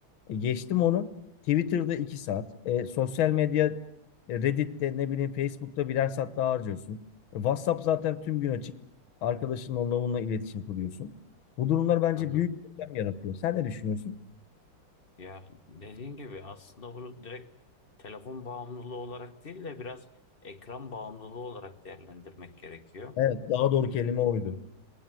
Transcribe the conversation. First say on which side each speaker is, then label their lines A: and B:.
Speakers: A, on the left; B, on the left.
A: E geçtim onu. Twitter'da 2 saat. E, sosyal medya e, Reddit'te ne bileyim Facebook'ta birer saat daha harcıyorsun. E, WhatsApp zaten tüm gün açık. Arkadaşınla onunla bununla iletişim kuruyorsun. Bu durumlar bence
B: Hı hı.
A: büyük problem yaratıyor. Sen ne düşünüyorsun?
B: Ya dediğin gibi aslında bunu direkt telefon bağımlılığı olarak değil de biraz ekran bağımlılığı olarak değerlendirmek gerekiyor.
A: Evet, daha doğru
B: Şi-
A: kelime oydu.